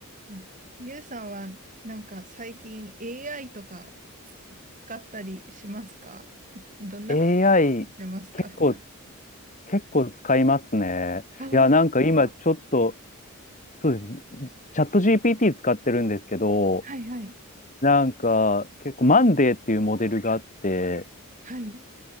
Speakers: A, on the right; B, on the left.
A: うんゆうさんはなんか最近 AI とかつ使ったりしますかどんなふ
B: AI
A: うに使ってますか普段。
B: 結構、結構使いますね。
A: あ、
B: いや、なんか今ちょっと、
A: あ
B: そうです。チャット GPT 使ってるんですけど、
A: はいはい。
B: なんか結構マンデーっていうモデルがあって、
A: はい。